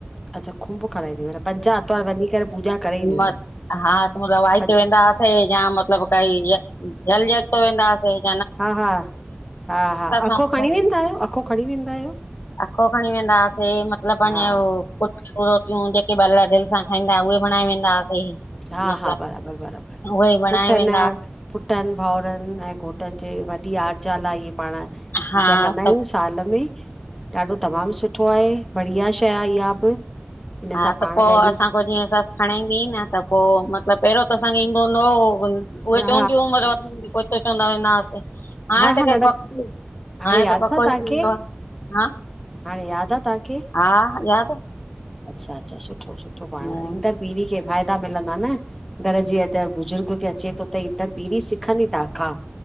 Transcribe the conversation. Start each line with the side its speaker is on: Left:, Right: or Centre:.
Centre: अच्छा खुंम्भ खणाइंदी, पर पंज आर्तवार वंञी करे पूॼा करे ईंदियूं
Left: म
Centre: हुयूं
Left: हा तब वते
Centre: पंज
Left: वेंदाआसीं <unintelligible> मतिलब काई जल ॻतो वेंदासीं <unintelligible>
Centre: हा हा, हा हा, अखो
Left: सां
Centre: खणी वेंदा आयो, अखो खणी वेंदा आयो?
Left: अखो खणी वेंदा हुआसीं मतलबु पंअंजो
Centre: हा
Left: रोटियूं जेके ॿाल दिल सां खाईंदा हुआ उहे बणाए वेंदा हुआसीं।
Centre: हा
Left: मतिलबु
Centre: हा, बराबर बराबर,
Left: उहे ई बणाए
Centre: पुट्ठ
Left: वेंदा
Centre: न पुट्टनि भाउरनि ऐं घोटनि जे वॾी आरजा ला ए इहे पाण
Left: हा
Centre: पूजा कंदा आहियूंसि।
Left: त
Centre: साल में ॾाढो तमामु सुठो आहे, बढ़िया शै आ इहा बि। हिन
Left: हा
Centre: सां पाण
Left: त पोइ
Centre: पहिरीं
Left: असां को जीअं सस हांणे ईंदी न त पो मतलबु पहिरियों त असांखे ईंदो न हो, उहे
Centre: हा
Left: चवंदियूं हुंयुं मतलब कोई त चवंदा हुवस न अस। हाणे
Centre: हा हा
Left: त के
Centre: नंढा
Left: पको हाणे
Centre: यादि
Left: त पको
Centre: अथव तव्हांखे
Left: ई थींदो आ, हां।
Centre: हाणे याद आ तांखे?
Left: हा याद आ।
Centre: अच्छा अच्छा सुठो सुठो पांण
Left: आहे
Centre: ईंदड़ पीड़ी के फ़ाइदा मिलंदा न। घर जी या त बुज़ुर्ग के अचे तो त ईंदर पीरी सिखंदी तहां खां